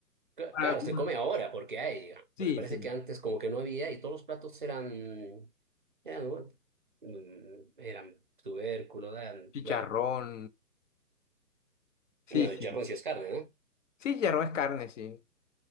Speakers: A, on the right; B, on the left.
A: Cla-
B: alguna-
A: Claro, se come ahora porque hay, digamos,
B: Sí,
A: pero me parece
B: sí.
A: que antes como que no había y todos los platos eran, eran, bueno, mm, eran tubérculos, eran,
B: Chicharrón.
A: bueno,
B: Sí,
A: bueno,
B: sí.
A: el charrón sí es carne, ¿no?
B: Sí, chicharrón es carne, sí.